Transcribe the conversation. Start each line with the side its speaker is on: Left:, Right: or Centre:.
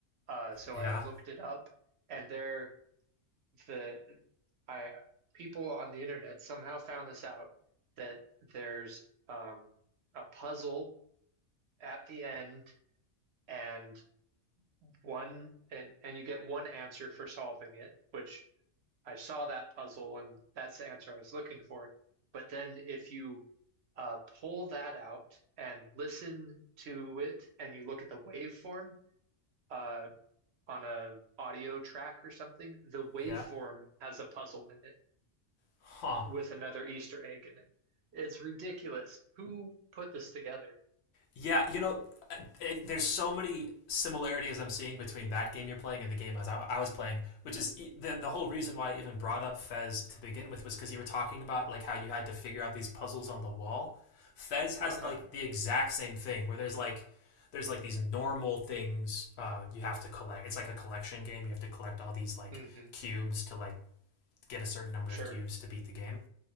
Right: Uh, so
Left: yeah,
Right: I looked it up, and there the I people on the internet somehow found this out that there's um, a puzzle at the end and one and and you get one answer for solving it, which I saw that puzzle and that's the answer I was looking for. But then if you uh, pull that out and listen to it and you look at the waveform uh, on a audio track or something, the waveform
Left: yeah,
Right: has a puzzle in it.
Left: huh?
Right: with another Easter egg in it. It's ridiculous. Who put this together?
Left: Yeah, you know, it, there's so many similarities I'm seeing between that game you're playing and the game I was, I was playing, which is e- the the whole reason why I even brought up Fez to begin with was because you were talking about like how you had to figure out these puzzles on the wall. Fez has
Right: Uh-huh.
Left: like the exact same thing where there's like there's like these normal things uh, you have to collect. It's like a collection game. You have to collect all these like
Right: Mm-hmm.
Left: cubes to like get a certain number
Right: Sure.
Left: of cubes to beat the game.